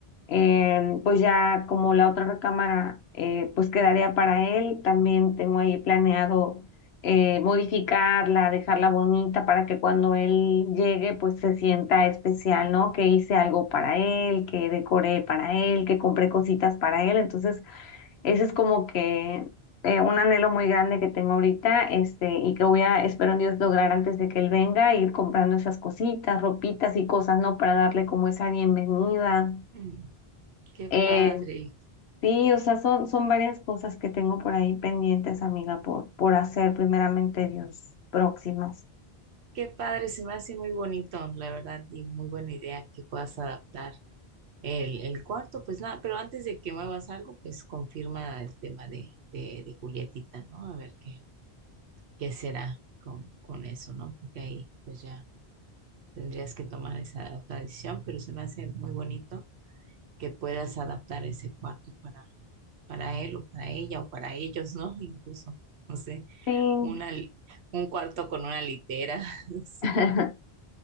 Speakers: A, on the left (about 80°); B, on the right (about 80°).
A: em, pues ya como la otra recámara eh, pues quedaría para él, también tengo ahí planeado eh, modificarla, dejarla bonita para que cuando él llegue pues se sienta especial, ¿no? Que hice algo para él, que decoré para él, que compré cositas para él, entonces ese es como que eh, un anhelo muy grande que tengo ahorita, este, y que voy a, espero en Dios, lograr antes de que él venga, ir comprando esas cositas, ropitas y cosas, ¿no? Para darle como esa bienvenida.
B: Mm, qué
A: Eh,
B: padre,
A: sí, o sea, son, son varias cosas que tengo por ahí pendientes, amiga, por, por hacer primeramente Dios, próximas.
B: qué padre, se me hace muy bonito, la verdad, y muy buena idea que puedas adaptar. El, el cuarto, pues nada, pero antes de que muevas algo, pues confirma el tema de, de, de Julietita, ¿no? A ver qué, qué será con, con eso, ¿no? Porque ahí pues ya tendrías que tomar esa otra decisión, pero se me hace muy bonito que puedas adaptar ese cuarto para, para él o para ella o para ellos, ¿no? Incluso, no sé,
A: Sí.
B: una, li- un cuarto con una litera, <laughs> no sé.
A: <laughs>